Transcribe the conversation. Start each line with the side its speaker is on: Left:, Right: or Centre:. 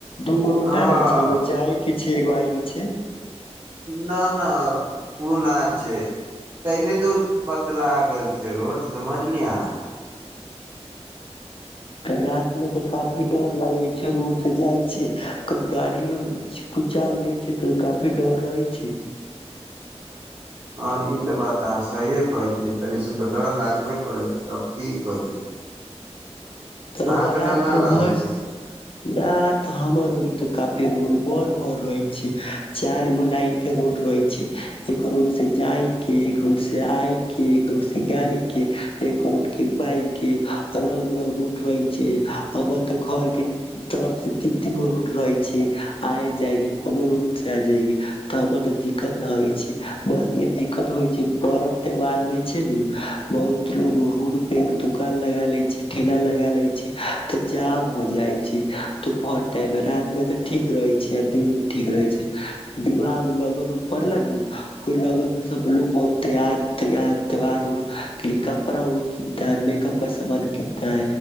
Left: दूगो रोडा
Right: हँ
Left: रहै छै एगो जायके छै एगो आइ के छै
Right: न न ओ ना छै तहिनी दूर पतलााग गेल छै रोड समझलियै अहाँ
Left: तऽ राति मे तऽ काफी डर लगै छै रोड से जाइ छै कोई गाड़ी आर कुचाल दै छै तऽ काफी डर रहै छै
Right: हँ ई तऽ बात अहाँ सहिए कहै छियै तनि सभकेऽ डर लागबे करै छै तब की करै छी
Left: त रउआ
Right: अहाँके
Left: रात
Right: डर नहि
Left: मे
Right: लागै
Left: घरसे
Right: छै की
Left: न तऽ हमर त काफे रोड बड़ रहै छै चार गो लाइन के रोड रहै छै एक रोड से जाय के एक रोड से आय के एक रोड से गाड़ी के एक रोड के बाइक के अलग उठय छै हमर तऽ घर के तरफ से तीन तीन गो रूट रहे छै आ जायगे कोनो रूट से आ जायगे तऽ हमर ते दिक्कत न होइ छै बस ईे दिक्कत होइ छै परर्व त्योहार में छै ने बहुत लोगो रूड पे द काल लगा लै छै ठेला लगा ले छी तऽ जाम हो जाइ छै तूपर टाइम मे रात में त ठीक रहे छै आ दिन में ठीक रहे छै विवाह मे लगन उ पड़लेु ओ लगन में सब लोग बहुत तैयार तयार त्यार कपड़ा उ कनता मेकअप का सामान किनता तै